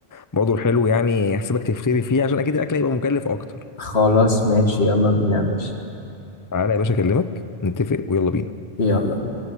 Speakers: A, on the left; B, on the left.
A: برضه الحلو يعني احسبك تفتري فيه عشان اكيد الاكل هيبقى مكلف اكتر
B: خلاص ماشي يلا بينا يا باشا
A: تعالى يا باشا اكلمك نتفق ويلا بينا
B: يلا